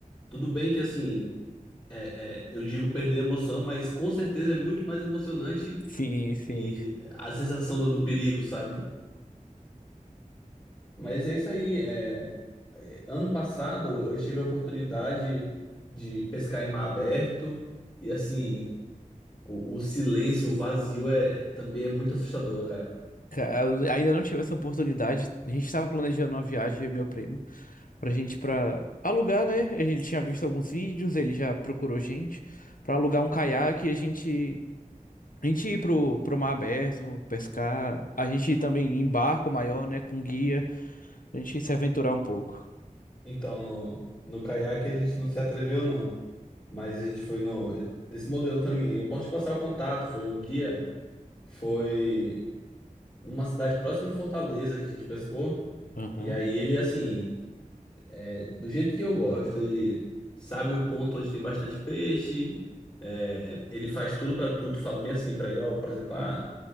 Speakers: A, on the left (about 35°); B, on the left (about 75°).
A: Tudo bem que, assim, é, é, eu digo perder a emoção, mas com certeza é muito mais emocionante
B: Sim, sim.
A: e a sensação do, do perigo, sabe? Mas é isso aí. é, é, ano passado eu tive a oportunidade de pescar em mar aberto e, assim, o, o silêncio, o vazio é, também é muito assustador, cara.
B: Ca- eu Ainda não tive essa oportunidade. A gente estava planejando uma viagem, eu e meu primo, pra gente pra alugar, né? Ele tinha visto alguns vídeos, ele já procurou gente pra alugar um caiaque e a gente a gente ir pro, pro mar aberto, pescar, a gente ir também em barco maior, né, com guia, a gente se aventurar um pouco.
A: Então, no, no caiaque a gente não se atreveu, não. Mas a gente foi no. Esse modelo também. Eu posso te passar o contato. Foi um guia. Foi numa cidade próxima de Fortaleza que a gente pescou.
B: Aham.
A: E aí ele, assim, é, do jeito que eu gosto, ele sabe o ponto onde tem bastante peixe. é, ele faz tudo pra tu. Tu fala bem assim pra ele, ó, por exemplo, ah,